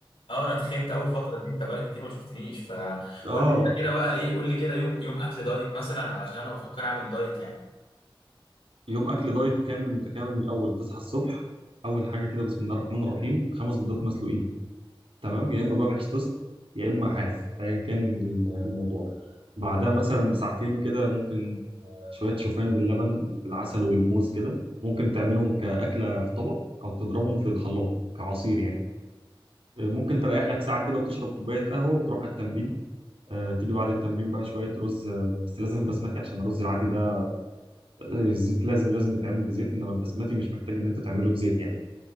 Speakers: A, on the left; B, on the right.
A: اه انا تخنت اول فتره دي انت بقالك كتير ما شفتنيش فقول
B: <laughs> اه
A: لي انت كده بقى ايه قول لي كده يوم يوم اكل دايت مثلا علشان انا بفكر اعمل دايت يعني
B: يوم اكل دايت كامل متكامل من الاول تصحى الصبح اول حاجه كده بسم الله الرحمن الرحيم خمس بيضات مسلوقين تمام يا اما بقى بعيش توست يا اما حاف ايا كان ال- الموضوع بعدها مثلا بساعتين كده ممكن آه، شويه شوفان باللبن بالعسل والموز كده ممكن تعملهم كاكله في طبق او تضربهم في الخلاط كعصير يعني آه، ممكن تريح لك ساعه كده وتشرب كوبايه قهوه وتروح على التمرين آه، تيجي بعد التمرين بقى شويه رز آه، بس لازم بسمتي عشان الرز العادي ده الزيت لازم لازم بيتعمل بزيت انما البسمتي مش محتاج ان انت تعمله بزيت يعني